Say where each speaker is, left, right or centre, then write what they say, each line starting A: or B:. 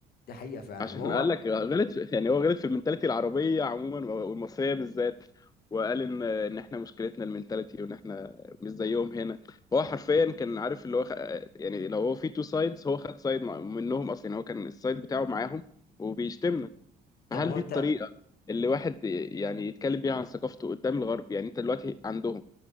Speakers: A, on the left; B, on the left.
A: دي حقيقه فعلا
B: عشان
A: وهو
B: قال لك غلط في يعني هو غلط في المنتاليتي العربيه عموما والمصريه بالذات وقال ان ان احنا مشكلتنا المنتاليتي وان احنا مش زيهم هنا فهو حرفيا كان عارف اللي هو خ... يعني لو هو في تو سايدز هو خد سايد منهم اصلا يعني هو كان السايد بتاعه معاهم وبيشتمنا
A: طب
B: فهل
A: هو
B: دي
A: انت
B: الطريقه اللي واحد يعني يتكلم بيها عن ثقافته قدام الغرب يعني انت دلوقتي عندهم